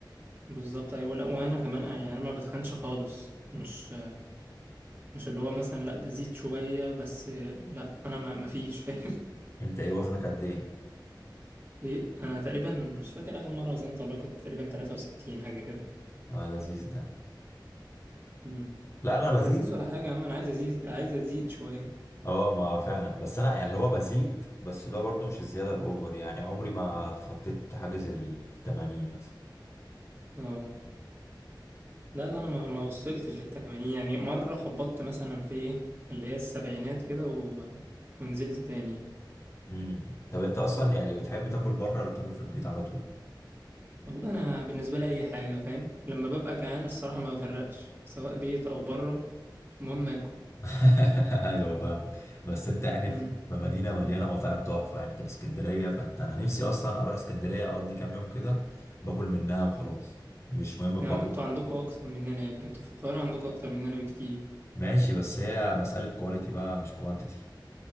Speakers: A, on the right (about 30°); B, on the left (about 35°).
A: بالظبط ايوه لا وانا كمان آه، يعني انا ما بتخنش خالص مش مش اللي هو مثلا لا بزيد شوية بس آه، لا انا ما ما فيش <laughs> فاهم
B: انت ايه وزنك قد ايه
A: ايه انا تقريبا مش فاكر اخر مرة وزنت والله كنت تقريبا 63 حاجة كده
B: آه لذيذ ده
A: مم.
B: لا انا
A: ولا
B: بزيد
A: ازيد ولا حاجة يا عم انا عايز ازيد عايز ازيد شوية
B: اه ما فعلا بس انا يعني اللي هو بزيد بس اللي هو برضه مش الزياده الاوفر يعني عمري ما تخطيت حاجز ال 80 مثلا
A: اه لا لا انا ما ما وصلتش للتمانين يعني مره خبطت مثلا في ايه اللي هي السبعينات كده و... ونزلت تاني يعني.
B: امم طب انت اصلا يعني بتحب تاكل بره ولا بتاكل في البيت على طول
A: والله انا بالنسبه لي اي حاجه فاهم لما ببقى جعان الصراحه ما بفرقش سواء بيت او بره المهم اكل
B: <laughs> ايوه فاهمك بس انت يعني
A: امم
B: في في مدينه مليانه مطاعم تحفه يعني انت في اسكندريه فانت انا نفسي اصلا اروح اسكندريه اقضي كام يوم كده باكل منها وخلاص مش مهم
A: يا
B: بقى
A: عم انتوا عندكوا اكتر مننا يا ابني انتوا في القاهره عندكوا اكتر مننا بكتير
B: ماشي بس هي مساله كواليتي بقى مش كوانتيتي